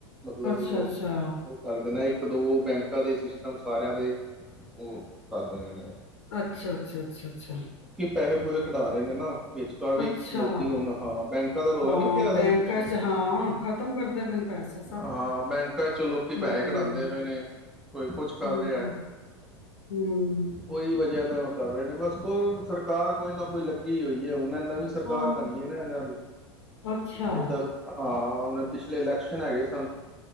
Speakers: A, in the centre; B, on the left.
A: ਮਤਲਬ
B: ਅੱਛਾ
A: ਉਹ
B: ਅੱਛਾ
A: ਕਰ ਦੇਣਾ ਇੱਕ ਇੱਕ ਦੋ ਬੈਂਕ ਤਦੇ ਸਿਸਟਮ ਸਾਰਿਆਂ ਦੇ ਉਹ ਕਰਦੇ ਨੇ ਉਹ
B: ਅੱਛਾ-ਅੱਛਾ-ਅੱਛਾ-ਅੱਛਾ।
A: ਪੈਸੇ ਪੂਸੇ ਕਢਾ ਰਹੇ ਨੇ ਨਾ। ਵਿਚਕਾ ਵੀ
B: ਅੱਛਾ
A: ਲੋਕੀ ਹੁਣ ਹਾਂ ਬੈਂਕਾਂ ਦਾ ਰੌਲਾ
B: ਹਾਂ
A: ਨੀ ਪਿਆ
B: ਬੈਂਕਾਂ
A: ਅਸੀ ਪਿੱਛੇ
B: ਚ ਹਾਂ ਖਤਮ ਕਰਦੇ ਪਏ ਨੇ ਪੈਸੇ ਸਭ
A: ਹਾਂ ਬੈਂਕਾਂ ਚੋਂ ਲੋਕੀ ਪੈਸੇ
B: ਹੂੰ,
A: ਕਢਾਉਦੇ ਪਏ ਨੇ। ਕੋਈ ਕੁਛ ਕਰ
B: ਹੂੰ,
A: ਰਿਹਾ ਹੈ।
B: ਹੂੰ,
A: ਉਹਹੀ ਵਜ੍ਹਾ ਨਾਲ ਕਰ ਰਹੇ ਨੇ ਬਸ ਕੋਈ ਸਰਕਾਰ ਕੋਈ ਨਾ ਕੋਈ ਲੱਗੀ ਹੋਈ ਹੈ। ਉਹ ਨਵੀਂ ਸਰਕਾਰ
B: ਆਹ
A: ਬਣੀ ਹੈ ਨਾ ਇਹਨਾਂ ਦੀ
B: ਅੱਛਾ,
A: ਇੱਧਰ ਹਾਂ ਹੁਨ ਪਿਛਲੇ ਇਲੈਕਸ਼ਨ ਹੈਗੇ ਸਨ